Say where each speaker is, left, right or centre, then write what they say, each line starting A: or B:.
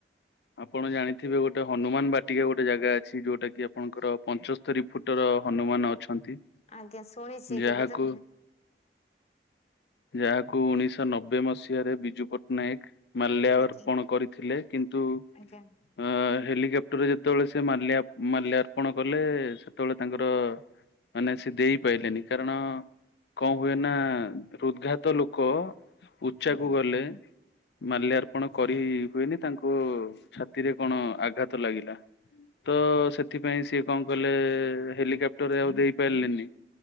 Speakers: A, on the left; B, on the left.
A: ଆପଣ ଜାଣିଥିବେ ଗୋଟେ ହନୁମାନ ବାଟିକା ଗୋଟେ ଜାଗା ଅଛି। ଯୋଉଟା କିି ଆପଣଙ୍କର ପଞ୍ଚସ୍ତରୀ ଫୁଟର ହନୁମାନ ଅଛନ୍ତି।
B: ଆଜ୍ଞା ଶୁଣିଛି
A: ଯାହାକୁ
B: କେବେ ତ
A: ଯାହାକୁ ଉଣେଇଶଶହ ନବେ ମସିହାରେ ବିଜୁ ପଟ୍ଟନାୟକ ମାଲ୍ୟ ଅର୍ପଣ
B: ଆଜ୍ଞା
A: କରିଥିଲେ କିନ୍ତୁ
B: ଆଜ୍ଞା
A: ଅ ହେଲିକପ୍ ରେ ଯେତେବେଳେ ସେ ମା ମାଲ୍ୟର୍ପଣ କଲେ ସେତେବେଳେ ତାଙ୍କର ମାନେ ସେ ଦେଇପାରଲେନି କାରଣ କଣ ହୁଏ ନା ହୃଦ୍ଘାତ ଲୋକ ଲୋକ ଉଚ୍ଚାକୁ
B: ଆଜ୍ଞା
A: ଗଲେ ମାଲ୍ୟର୍ପଣ କରି ହୁଏନି ତାଙ୍କୁ ଛାତିରେ କଣ ଆଘାତ ଲାଗିଲା ତ ସେଥିପାଇଁ ସିଏ କଣ ଗଲେ ହେଲିକପ୍ଟରରେ ଆଉ ଦେଇପାରିଲନି